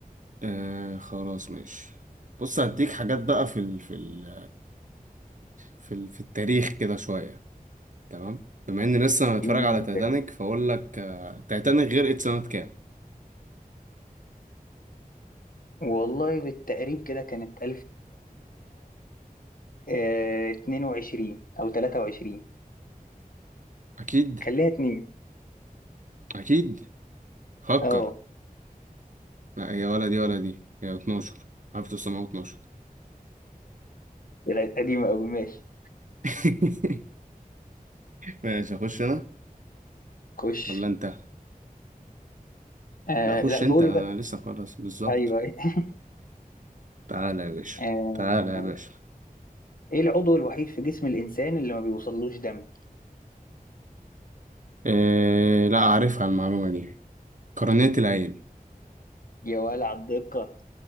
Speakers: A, on the right (about 55°); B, on the left (about 70°).
A: آه خلاص ماشي بص هديك حاجات بقى في ال... في ال... في ال... في التاريخ كده شوية تمام بما اني لسه متفرج
B: اديني
A: على
B: مثال.
A: تايتانيك فاقول لك آه، تايتانيك غرقت سنة كام
B: والله بالتقريب كده كانت 1922 او 23
A: اكيد
B: خليها اتنين
A: اكيد فكر
B: اه
A: لا هي ولا دي ولا دي هي 12 1912
B: طلعت قديمة قوي ماشي
A: <laughs> ماشي اخش انا
B: خش
A: ولا انت
B: آه
A: لا خش
B: لا
A: انت
B: دوري
A: انا
B: بقى
A: لسه خلاص بالظبط
B: ايوه <laughs>
A: تعالى يا باشا
B: آه
A: تعالى يا باشا
B: ايه العضو الوحيد في جسم الانسان اللي ما بيوصلوش دم
A: إيه لا اعرفها المعلومة دي قرنية العين
B: يا ولع الدقة